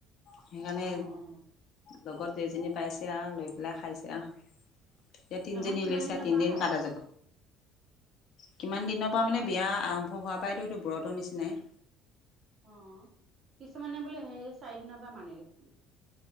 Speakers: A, on the left (about 50°); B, on the right (about 35°).
A: সেইকাৰণে
B: অ অ
A: লগত যেইজনী পাইছে আৰু লৈ পেলাই খাইছে আৰু এতিয়া তিনজনী
B: নহয় কিমান
A: লৈছে
B: দিনৰ
A: তিনদিন
B: পৰা খাই
A: কাটা যাব কিমান পা
B: নহয়
A: মানে বিয়া আৰম্ভ হোৱাৰ পাই এইটো ব্ৰতৰ নিচিনাই।
B: অ কিছুমানে বোলে হেৰি চাইড দিনৰ মানে দেখোন।